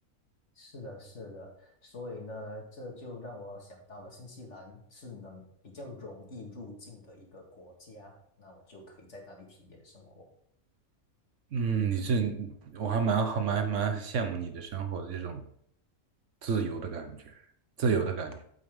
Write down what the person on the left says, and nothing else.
是的，是的，所以呢，这就让我想到了新西兰是能比较容易入境的一个国家，那我就可以在那里体验生活。